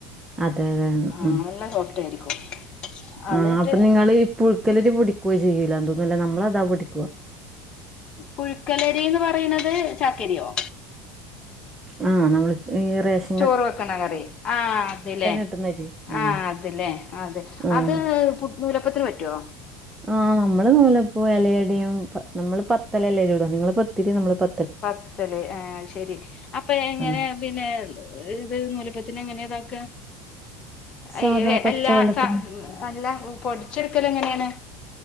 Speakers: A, on the right; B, on the left.
A: അതെ അതെ.
B: ആഹ്
A: ഉം
B: നല്ല സോഫ്റ്റ് ആയിരിക്കും. എന്നിട്ട്
A: ആഹ് അപ്പൊ നിങ്ങള് ഈ പുഴുക്കലരി പൊടിക്കുവോ ചെയ്യൂലാതോന്നുലെ നമ്മള അതാ പൊടിക്കാ
B: പുഴുക്കലരിന്ന് പറയിണത് ചാക്കരിയോ?
A: ആ നമ്മള്ത് ഈ റേഷ
B: ചോറ് വെക്കണ കറി ആഹ് അത് ല്ലേ
A: കിട്ടുന്ന അരി ഉം
B: ആഹ് അത് ല്ലേ ആ അത്
A: ഉം
B: അത് നൂലപ്പത്തിന് പറ്റുവോ?
A: ആഹ നമ്മള് നൂലപ്പോഎലടയും നമ്മള് പത്തല്ലല്ലേചുട. നിങ്ങള് പത്തിരി നമ്മള് പ
B: പത്തല് എാ ശെരി അപ്പൊ എങ്ങനെ.
A: ആഹ്
B: പിന്നെ ഇത് നൂലപ്പത്തിന് എങ്ങനെ ഇതാക്കാ?
A: സാധാ
B: അയ്യോ എ
A: പച്ചവെള്ളത്തില്
B: എല്ലാ സ അല്ല പൊടിച്ചെട്ക്കല് എങ്ങനെയാണ്?